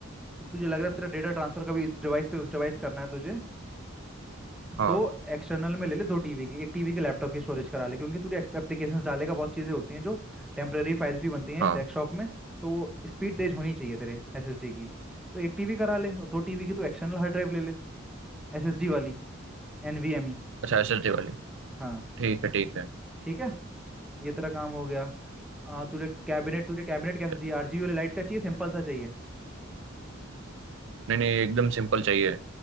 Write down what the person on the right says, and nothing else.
हाँ
हाँ
अच्छा एसएसडी वाली
ठीक है ठीक है
हम्म।
चल
नहीं नहीं एकदम सिंपल चाहिए